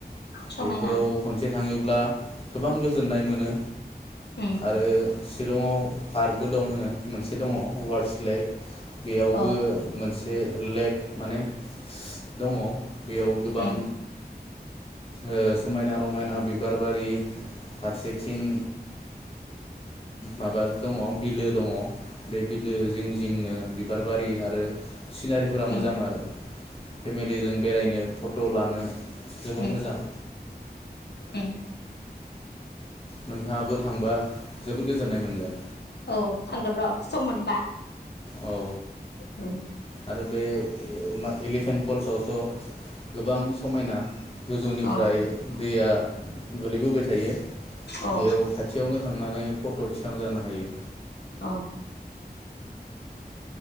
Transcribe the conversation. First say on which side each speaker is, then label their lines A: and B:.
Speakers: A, on the left (about 85°); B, on the left (about 35°).
A: समायना
B: बेफोराव खनसे थाङोब्ला गोबां गो गोजोननाय मोनो।
A: उम
B: आरो शिलंआव पार्कबो दं होनो मोनसे दङ वार्स लेक। बेयावबो
A: अ
B: मोनसे बे लेक माने दङ। बेयाव
A: उम
B: गोबां ओ समायना रमायना बिबार बारि फारसेथिं माबा दङ' बिलो दङ' बे बिलो जिं जिंनो बिबार बारि आरो सिनारिफोरा
A: उम
B: मोजां आरो फेमिलिजों बेरायनो फट लानो जोबोद
A: उम
B: मोजां।
A: उम
B: नोंथांङाबो थांबा जोबोद गोजोननाय मोनगोन।
A: औ थांगोन र' सम मोनबा।
B: औ।
A: उम
B: आरो बे एलिफेन्ट फल्सआवथ' गोबां समायना गोजौनिफ्राय
A: अ
B: दैया गोलैबोबाय थायो।
A: अ
B: बेयाव खाथियावनो थांना ओमफ्राय फट' थिखां जानो हायो।
A: अ।